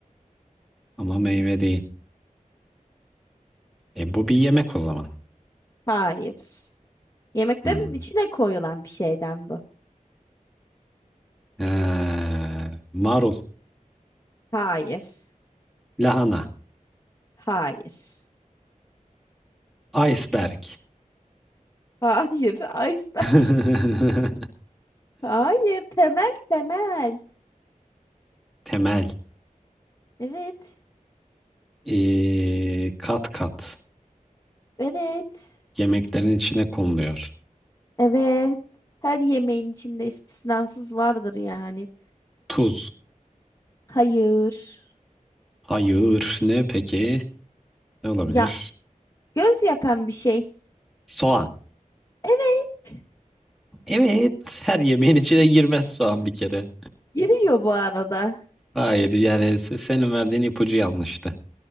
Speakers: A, in the centre; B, on the left.
A: ama meyve değil. E, bu bir yemek o zaman.
B: Hayır. Yemeklerin
A: Hmm.
B: içine koyulan bir şeyden bu.
A: Ee, marul,
B: Hayır.
A: lahana,
B: Hayır.
A: iceberg.
B: Hayır. <laughs> Iceberg.
A: <laughs>
B: Hayır. Temel temel.
A: Temel.
B: Evet.
A: Ee, kat kat
B: Evet.
A: yemeklerin içine konuluyor.
B: Evet. Her yemeğin içinde istisnasız vardır yani.
A: Tuz.
B: Hayır.
A: Hayır. Ne peki? Ne olabilir?
B: Ya Göz yakan bir şey.
A: Soğan.
B: Evet.
A: Evet, her yemeğin içine girmez soğan bir kere.
B: Giriyor bu arada.
A: Hayır, yani se- senin verdiğin ipucu yanlıştı.